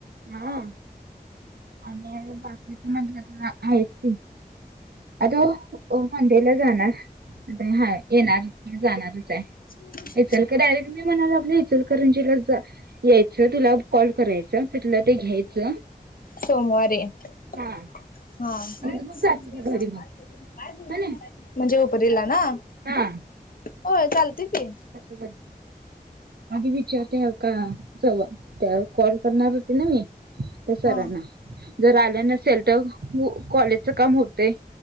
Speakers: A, on the right; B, on the left.
A: हम्म आणि बाकिच म्हटल तर हायच कि आता ओ मंडेला जाणार आता हाय येणार जाणारचय.
B: <inaudible>
A: इचलकर- डयरेक्ट मी म्हणाय लागलोय इचलकरंजीलाच जा. यायचं तुला कॉल करायचं, तिथलं ते घ्यायचं.
B: सोमवारी.
A: हा.
B: हा,
A: आणि
B: काय
A: मग
B: बोलू
A: जाते
B: म्हणजे
A: ती
B: आता
A: घरी
B: काय
A: मग
B: बोलू काय बोलू
A: ह
B: <unintelligible>
A: ना
B: म्हणजे हुपरीला ना?
A: हा.
B: हो चालतय की.
A: करत <unintelligible> आधी विचारते का, सवा- त्यावर कॉल करणार होती ना मी त्या सरांना.
B: हा
A: जर आलं नसेल तर हू-कॉलेजचं काम होतंय.